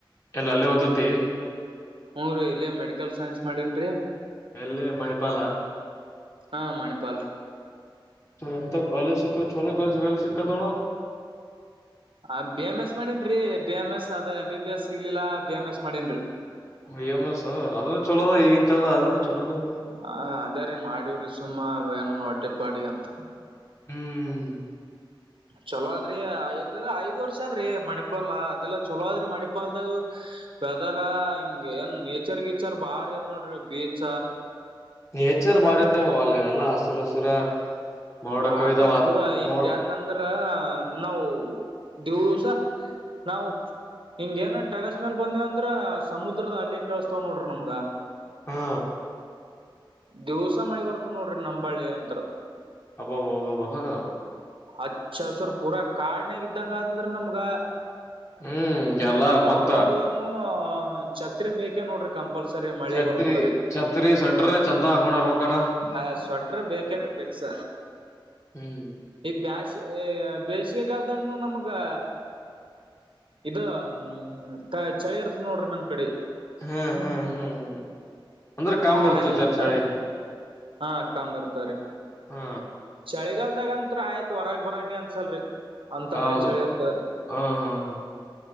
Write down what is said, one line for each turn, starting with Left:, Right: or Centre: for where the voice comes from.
Left: ಎಲ್ಲಿ ಅಲ್ಲೇ ಓದತಿ
Right: ಹ್ಮ್, ರೀ ಇಲ್ಲೆ ಮೆಡಿಕಲ್ ಸೈನ್ಸ್ ಮಾಡಿನ್ರೀ,
Left: ಎಲ್ಲಿ ಮಣಿಪಾಲ
Right: ಹಾ, ಮಣಿಪಾಲ್ರಿ
Left: ಎಂತ ಕಾಲೇಜು ಸಿಕ್ಕಿದ, ಚೊಲೋ ಕಾಲೇಜ್ ಹಿಂದೆ ನೋಡು.
Right: ಆ, ಬಿ, ಎಮ್, ಎಸ್ ಮಾಡೇನ್ರರಿ ಬಿ, ಎಮ್, ಎಸ್, ಅದ ಎಂ, ಬಿ, ಬಿ, ಎಸ್ ಸಿಗ್ಲಿಲ್ಲಾ ಬಿ, ಎಮ್, ಎಸ್ ಮಾಡೇನ್ರಿ,,
Left: ಬಿ, ಎಂ, ಎಸ್ ಅದನ್ನುಚಲೋಈಗಿನ ಕಾಲದ. ಅದ ಚಲೋನೇ
Right: ಹ, ಅದೇ ರೀ ಮಾಡೀವ್ರಿ ಸುಮ್ಮ ಏನ ಹೊಟ್ಟೆ ಪಾಡಿಗಂತ.
Left: ಹ್ಮ್
Right: ಚಲೋ ಆದ್ರಿ ಐದ್ ಇದೆಲ್ಲ ಐದ್ ವರ್ಷ ಆದ್ರೀ ಮಣಿಪಾಲ್. ಅದೆಲ್ಲಾ ಚಲೋ ಆದ್ರಿ ಮಣಿಪಾಲ್ದಾಗ. ವೆದರ ಹಿಂಗೆ ಏನ್ ನೇಚರ್- ಗೀಚರ್ ಬಾರಿ ಅದ್ ನೋಡ್ರಿ ಬೀಚ,
Left: ನೇಚರ್ ಬಾರಿಆದೋ ಅಲ್ಲಿ ಎಲ್ಲಾ ಹಸುರು- ಹಸುರ. ಮೋಡ
Right: ಬಾಡ್ರಿ
Left: ಕವಿದ
Right: ಪೂರಾ ಹಿಂಗ
Left: ಮೋಡ್
Right: ಹೆಂಗಂದ್ರ ನಾವು ದಿವ್ಸ ನಾವು ಹಿಂಗ ಏನ್ ಟೆರಸ್ ಮೇಲ್ ಬಂದ್ವ ಅಂದ್ರ ಸಮುದ್ರದ ಅಲೆ ಕೇಳಸ್ತಾವ ನೋಡ್ರಿ ನಮ್ಗ.
Left: ಹಾ,
Right: ದಿವ್ಸಾ ಮಳಿ ಬರ್ತದ ನೋಡ್ರಿ ನಂಬಳ್ಳಿ ಅಂತ್ರ,
Left: ಅಬ್ಬಬಬ್ಬಬ! ಹಾ,
Right: ಅಚ್ಚ ಹಸರ್ ಪೂರಾ ಕಾಡ್ನಾಗ ಇದ್ದಂಗ ಆತದ್ರಿ ನಮ್ಗ.
Left: ಹ್ಮ್ ಎಲ್ಲಾ
Right: ಯಾವ
Left: ಮತ್ತ
Right: ನೋಡುದ್ರನು ಛತ್ರಿ ಬೇಕೇ ನೋಡ್ರಿ ಕಂಪಲ್ಸರಿ. ಮಳಿ
Left: ಛತ್ರಿ
Right: ಬರ್ತದ್ರಿ
Left: ಛತ್ರಿ ಸಟ್ರ ಚಂದನ ಹಾಕೊಂಡಿರ್ಬಣ
Right: ಹ ಸ್ವೆಟರ್ ಬೇಕ್ರ ಪಿಕ್ಸ
Left: ಹ್ಮ್
Right: ಕ ಬೇಸಿಗೆಗಾಲದಂಗನು ನಮಗೆ ಇ ಹ್ಮ್ ಚಳಿ ಇರ್ತದ ನೋಡ್ರಿ ನಮ್ ಕಡೆ
Left: ಹ್ಮ್ ಹ್ಮ್ ಹ್ಮ್ ಹ್ಮ್ ಅಂದ್ರೆ ಕಾಮ ಇರ್ತ
Right: ಆಯ್
Left: ಜರ್
Right: ಇದ್ರಾಗ
Left: ಚಾಳಿ
Right: ಹಾ ಕಾಮ ಇರ್ತಾರೆ
Left: ಹಾ
Right: ಬೆಳಿಗಾಲದಾಗ ಅಂತ್ ಆಯ್ತ್ ಹೊರಗ್ ಬರಂಗ ಅನ್ಸಲ್ರಿ ಅಂತ
Left: ಹೌದು
Right: ಪರಿಚಳಿ ಇರ್ತದರಿ
Left: ಹ್ಮ್ ಹ್ಮ್ ಹ್ಮ್